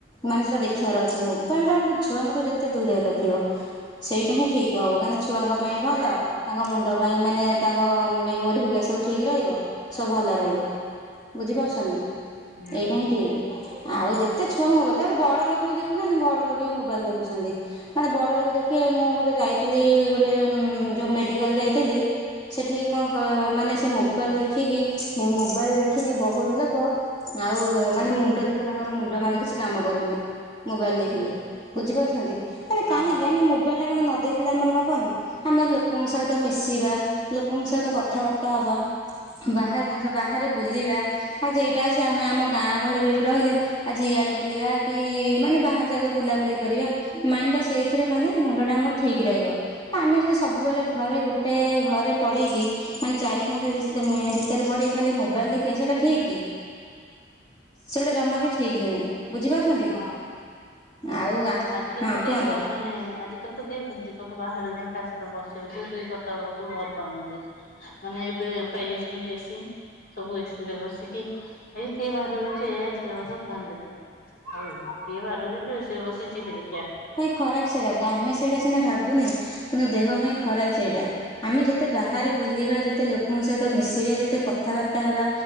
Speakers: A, on the left (about 25°); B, on the left (about 50°).
A: ମାନେ ସେଟା ଦେଖିବାର ଅଛି ମୋବାଇଲ ଟା ଛୁଆଙ୍କଠୁ ଯେତେ ଦୂରରେ ରଖିବ। ସେଇଟା ହିଁ ଠିକ ହବ କାହିଁକିନା ଛୁଆଙ୍କ ପାଇଁ ଭଲ। ତାଙ୍କ ମୁଣ୍ଡ ପାଇଁ ମାନେ ତାଙ୍କ ମେମୋରି ହେଇିକା ସବୁ ଠିକ ରହିବ। ସବୁ ଭଲ ରହିବ ବୁଝିପାରୁଛନ୍ତି
B: ହୁଁ
A: ଏଇଟା ହିଁ ଠିକ ଆଉ ଯେତେ ଛୁଆଙ୍କ ମୋବାଇଲ ତାପରେ ବଡ ଲୋକ ବି ଦେଖୁନାହାନ୍ତି ବଡ ଲୋକ ବି ମୋବାଇଲ ଦେଖୁଛନ୍ତି। ମାନେ ବଡ ଲୋକ ଦେଖିବେ ମୁଁ ଗୋଟେ ଯାଇଥିଲି ଗୋଟେ ଯୋଉ ମେଡିକାଲ ଯାଇଥିଲି ସେଠି କଣ ମାନେ ସେ ମୋବାଇଲ ଦେଖି ଦେଖିକି ମୋବାଇଲ ଦେଖିକି ବହୁତ ଲୋକ ଆଉ ମାନେ ମୁଁ ଦେଖିବ ମୁଣ୍ଡ ତାଙ୍କର ମୁଣ୍ଡ ମାନେ କିଛି କାମ କରୁନି। ମୋବାଇଲ ଦେଖିକି ବୁଝିପାରୁଛନ୍ତି ମାନେ
B: ହଁ
A: କାହିଁକି ଆମେ ମୋବାଇଲଟା କଣ ନ ଦେ ଦେଖିଲେ ଆମର ହବନି ଆମେ ଲୋକଙ୍କ ସହିତ ମିଶିବା ଲୋକଙ୍କ ସହିତ କଥାବାର୍ତ୍ତା ହେବା। ବାହାର ଜିନିଷ ବାହାରେ ବୁଲିବା ଆଜି ଏଇଟା ଅ ଆମେ ଆମ ଗାଁ ଗହଳିରେ ବି ରହିଲେ ଆଜି ଇଆଡେ ବୁଲିବା କି ମାନେ ବାହାର ଜାଗାକୁ ବୁଲାବୁଲି କରିବା ମାଇଣ୍ଡଟା ସେଇଥିରେ ମାନେ ମୁଣ୍ଡଟା ଆମର ଠିକ ରହିବ। ଆମେ ଯଦି ସବୁବେଳେ ଘରେ ଗୋଟେ ଘରେ ପଡିକି ମାନେ ଚାରି କାନ୍ଦ ଭି ଭିତରେ ପଡି ଖାଲି ମୋବାଇଲ ଦେଖିବା ସେଇଟା ଠିକ କି? ସେଇଟା ଜମା ବି ଠିକ ନୁହେଁ ବୁଝିପାରୁଛନ୍ତି?
B: ହଁ
A: କି ଆଉ
B: ଆଜିକାଲି
A: ହଁ
B: ତ କେହି
A: କୁହନ୍ତୁ।
B: ମାନେ ଆ କାଲି ତ କେହି ଯିବାକୁ ବାହାରେଯାଇ କାହା ସହିତ ବସିବାକୁ ସେ କଥା ହବାକୁ ଭଲ ପାଉନାହାନ୍ତି। ମାନେ ଏବେ ପାଇଯାଇଛନ୍ତି ଏସି। ସବୁ ଏସିରେ ବସିକି ଏଇ କିଏ ବାହାରୁକୁ ଯାଉଛି ଏ ଏସି ବସ ଫୋନ ଦେଖ। କିଏ ବାହାରକୁ ଯାଉଛି ଏସିରେ ବସି ଟିଭି ଦେଖିବା?
A: ଖରାପ୍ ସେରା ଆମେ ସେଇଟା ସିନା ଭାବୁନେ କିନ୍ତୁ ଦେହ ପାଇଁ ଖରାପ୍ ସେଇଟା। ଆମେ ଯେତେ ବାହାରେ ବୁଲିବା ଯେତେ ଲୋକଙ୍କ ସହିତ ମିଶିବା ଯେତେ କଥାବାର୍ତ୍ତା ହେବା